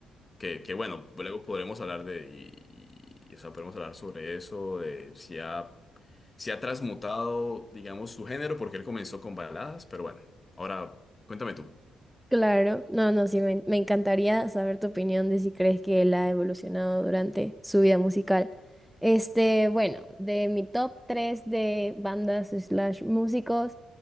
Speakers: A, on the left (about 25°); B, in the centre.
A: Que, que bueno, luego podremos hablar de... Y, y- o sea, podemos hablar sobre eso, de si ha, si ha transmutado, digamos, su género, porque él comenzó con baladas, pero bueno. Ahora, cuéntame tú.
B: Claro. No, no, sí, me, me encantaría saber tu opinión de si crees que él ha evolucionado durante su vida musical. Este, bueno, de mi top 3 de bandas slash músicos,